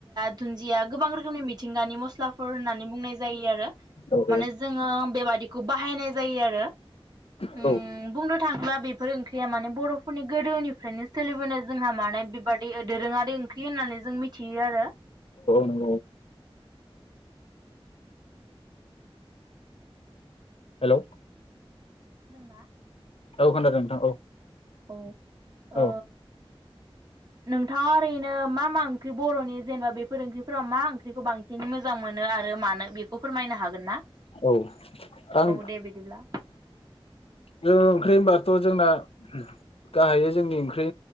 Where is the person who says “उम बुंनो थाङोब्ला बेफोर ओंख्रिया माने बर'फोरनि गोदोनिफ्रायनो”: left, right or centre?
Right